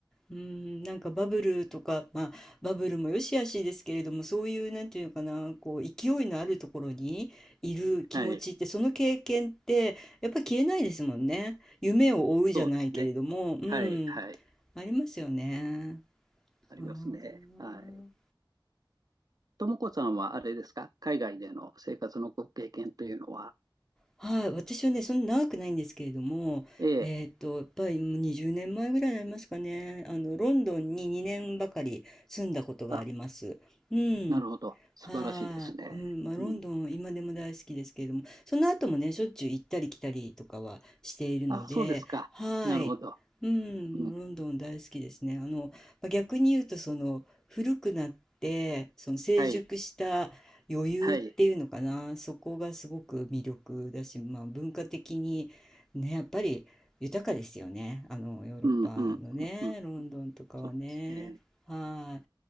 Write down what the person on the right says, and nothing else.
はい。
そうですね。
はい。はい。
ありますね。
はい。ともこさんはあれですか海外での生活のご経験というのは。
ええ。
あ、
なるほど。素晴らしいですね。
うん。
あ、そうですか。
なるほど。
うん。
はい。はい。
うんうんうんうん。そうですね。